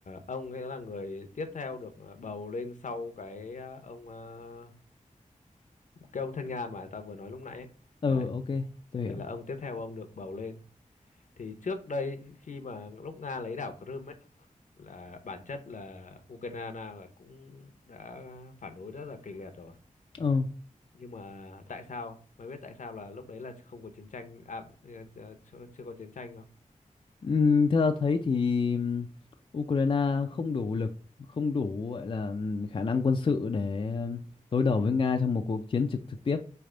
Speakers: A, on the left (about 65°); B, on the left (about 40°).
A: ông ấy là người tiếp theo được ờ, bầu lên sau cái ờ, ông ờ, cái ông thân Nga mà ta vừa nói lúc nãy ấy.
B: ừ,
A: Đấy,
B: ok, tôi hiểu.
A: thì là ông tiếp theo ông được bầu lên. Thì trước đây khi mà lúc Nga lấy đảo Crimea ấy là bản chất là Ukraine là cũng đã phản đối rất là kịch liệt rồi
B: Ừ,
A: nhưng mà tại sao mày biết tại sao là lúc đấy là không có chiến tranh à ờ, ờ, chưa, chưa có chiến tranh không
B: ừm, theo tao thấy thì ừm, Ukraine không đủ lực, không đủ gọi là ừm, khả năng quân sự để ừm, đối đầu với Nga trong một cuộc chiến trực trực tiếp.